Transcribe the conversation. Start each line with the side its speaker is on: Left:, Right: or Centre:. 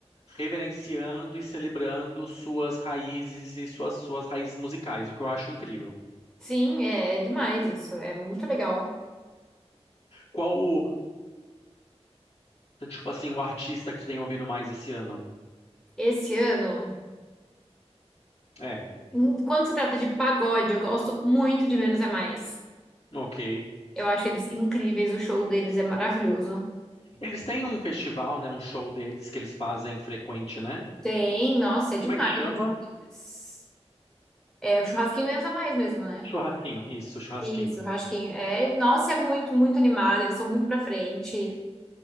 Left: reverenciando e celebrando suas raízes e suas, suas raízes musicais, o que eu acho incrível.
Centre: Sim, é, é demais isso. É muito legal.
Left: Qual o, tipo assim, o artista que tu tem ouvido mais esse ano?
Centre: Esse ano,
Left: É,
Centre: em- quando se trata de pagode, eu gosto muito de Menos é Mais.
Left: ok.
Centre: Eu acho eles incríveis, o show deles é maravilhoso.
Left: Eles têm um festival, né? Um show deles que eles fazem frequente, né?
Centre: Tem, nossa, é
Left: Como
Centre: demais
Left: é que chama?
Centre: o show deles. É o churrasquinho Menos é Mais mesmo, né?
Left: Churrasquinho. Isso, churrasquinho.
Centre: Isso, o churrasquinho. É, nossa, é muito, muito animado, eles são muito pra frente.